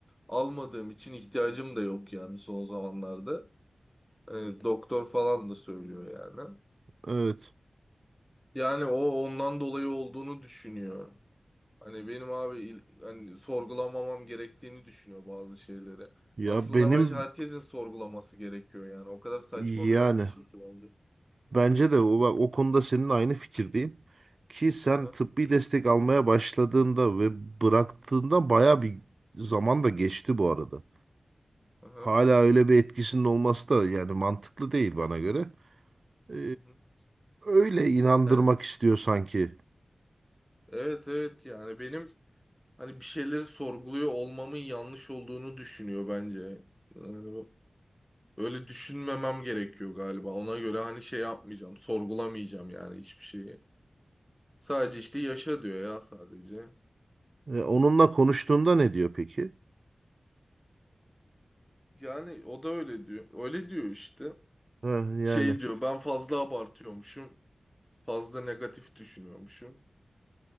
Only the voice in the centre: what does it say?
almadığım için ihtiyacım da yok yani son zamanlarda. E, doktor falan da söylüyor yani.
Yani o ondan dolayı olduğunu düşünüyor. Hani benim abi il- hani sorgulamamam gerektiğini düşünüyor bazı şeyleri.
Aslında
bence herkesin sorgulaması gerekiyor yani. O kadar saçma
bir yaklaşım ki bence.
Aha,
aha,
aha.
Yani
evet evet yani benim hani bir şeyleri sorguluyor olmamın yanlış olduğunu düşünüyor bence. Yani bu- öyle düşünmemem gerekiyor galiba. Ona göre hani şey yapmayacağım, sorgulamayacağım yani hiçbir şeyi. Sadece işte yaşa diyor ya sadece.
Yani o da öyle diyor. Öyle diyor işte.
Şey diyor ben fazla abartıyormuşum. Fazla negatif düşünüyormuşum.